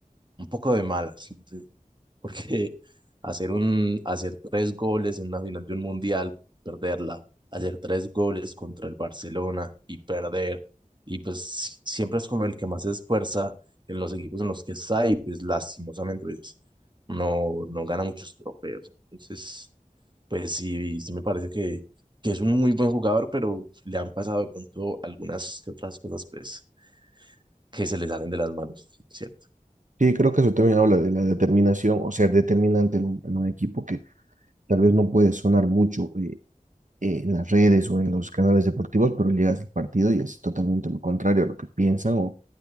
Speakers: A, on the right; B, on the right.
A: un poco de malas. ¿no? porque <laughs> hacer un, hacer tres goles en la final de un mundial, perderla, hacer tres goles contra el Barcelona y perder, y pues si- siempre es como el que más se esfuerza en los equipos en los que está y pues lastimosamente pues no, no gana muchos trofeos. Entonces, pues sí, sí me parece que, que es un muy buen jugador, pero le han pasado de pronto algunas que otras cosas pues que se le salen de las manos, ¿cierto?
B: Sí, creo que eso también habla de la determinación o ser determinante en un, en un equipo que tal vez no puede sonar mucho eh, eh, en las redes o en los canales deportivos, pero llegas al partido y es totalmente lo contrario a lo que piensan o